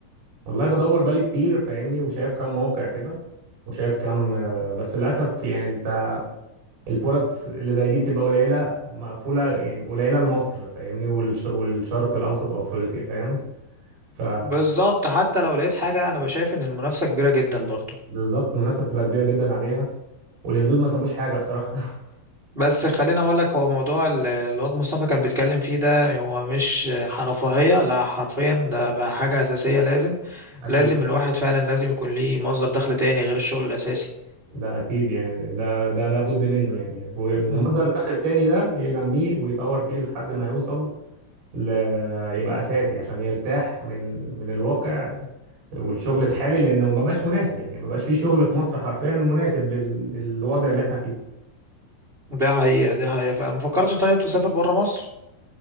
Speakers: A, on the right; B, on the right.
A: والله بدور بالي كتير فاهمني وشايف كم موقع كده وشايف كم آه، بس للاسف يعني انت الفرص اللي زي دي بتبقى قليله مقفوله يعني قليله لمصر فاهمني والش- والشرق الاوسط وافريقيا فاهم ف
B: بالظبط حتى لو لقيت حاجة أنا بشايف إن المنافسة كبيرة جدا برضو
A: بالظبط المنافسه بتبقى كبيره جدا عليها والهنود ما سابوش حاجه بصراحه
B: بس خليني أقول لك هو موضوع ال- الواد مصطفى كان بيتكلم فيه ده هو مش رفاهية لا حرفيا ده بقى حاجة أساسية لازم
A: <laughs> اكيد
B: لازم الواحد فعلا لازم يكون ليه مصدر دخل تاني غير الشغل الأساسي
A: ده اكيد يعني ده ده لابد منه يعني والمنظر
B: مم.
A: الداخل التاني ده ينميه ويطور فيه لحد ما يوصل ل... يبقى اساسي عشان يرتاح من من الواقع والشغل الحالي لانه ما بقاش مناسب يعني ما بقاش فيه شغل في مصر حرفيا مناسب لل... للوضع اللي احنا فيه
B: ده حقيقة ده حقيقة فما فكرتش طيب تسافر برا مصر